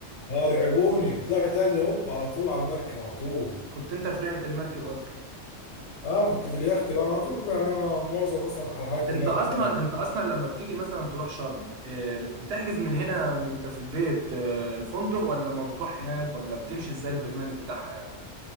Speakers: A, on the left; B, on the right.
A: اه رعبوني طلعت اجري هوب على طول على المركب على طول
B: كنت انت في رحله المركب اصلا
A: اه كنت في اليخت بقى انا على طول يعني انا معظم اصلا رحلاتي
B: انت
A: هناك
B: اصلا
A: كده
B: انت اصلا لما بتيجي مثلا تروح شرم آه، بتحجز من هنا من انت في البيت آه، الفندق ولا ما بتروح هناك ولا بتمشي ازاي البرنامج بتاعها يعني